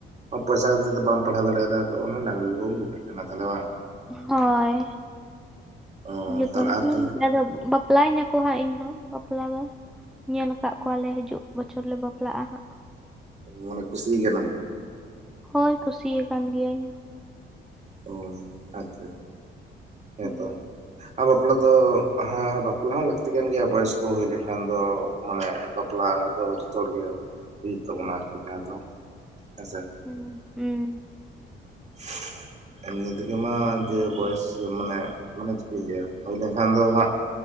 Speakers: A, on the right; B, in the centre.
A: ᱯᱚᱭᱥᱟ <unintelligible> ᱫᱚ ᱵᱟᱢ ᱯᱟᱲᱦᱟᱣ ᱫᱟᱲᱮᱭᱟᱫᱟ ᱛᱚ ᱚᱱᱟ ᱰᱟᱝᱨᱤ ᱠᱚᱜᱮᱢ ᱜᱩᱯᱤ ᱠᱟᱱᱟ ᱛᱟᱦᱞᱮ ᱵᱟ᱾
B: ᱦᱳᱭ
A: ᱚ
B: ᱡᱚᱛᱚ
A: ᱛᱟᱦᱚᱞᱮ ᱟᱨ ᱛᱟᱦᱚᱞᱮ
B: ᱫᱚ ᱵᱟᱯᱞᱟᱧᱟ ᱠᱚ ᱦᱟᱸᱜ ᱤᱧ ᱦᱚᱸ ᱵᱟᱯᱞᱟ ᱫᱚ ᱧᱮᱞ ᱟᱠᱟᱫ ᱠᱚᱣᱟ ᱞᱮ ᱦᱤᱡᱩᱜ ᱵᱚᱪᱷᱚᱨ ᱞᱮ ᱵᱟᱯᱞᱟᱜᱼᱟ ᱦᱟᱸᱜ᱾
A: ᱢᱟᱱᱮ ᱠᱩᱥᱤ ᱠᱟᱱᱟᱢ?
B: ᱦᱳᱭ ᱠᱩᱥᱤᱭᱟ ᱟᱠᱟᱱ ᱜᱤᱭᱟᱹᱧ᱾
A: ᱚ ᱟᱪᱪᱷᱟ, ᱟᱪᱪᱷᱟ ᱦᱮᱸᱛᱚ᱾
B: ᱦᱩᱸ
A: ᱟᱨ ᱵᱟᱯᱞᱟ ᱫᱚ ᱦᱮ ᱵᱟᱯᱞᱟ ᱦᱚᱸ ᱞᱟᱹᱠᱛᱤ ᱠᱟᱱ ᱜᱮᱭᱟ ᱵᱚᱭᱚᱥ ᱠᱚ ᱦᱩᱭ ᱞᱮᱱᱠᱷᱟᱱ ᱫᱚ᱾ ᱢᱟᱱᱮ ᱵᱟᱯᱞᱟ ᱫᱚ ᱡᱚᱛᱚ ᱦᱚᱲ ᱜᱮ ᱦᱩᱭᱩᱜ ᱛᱟᱵᱚᱱᱟ ᱟᱨᱠᱤ ᱡᱟᱦᱟᱸ ᱫᱚ ᱦᱮᱸ ᱥᱮ᱾
B: ᱦᱮᱸ, ᱦᱩᱸ᱾
A: <inaudible> ᱮᱢᱱᱤ ᱛᱮᱜᱮ ᱢᱟ ᱡᱮ ᱵᱚᱭᱮᱥ ᱢᱟᱱᱮ ᱢᱟᱱᱮ ᱪᱮᱫ ᱟᱹᱧ ᱞᱟᱹᱭᱟ ᱦᱩᱭ ᱞᱮᱱᱠᱷᱟᱱ ᱫᱚ ᱦᱟᱸᱜ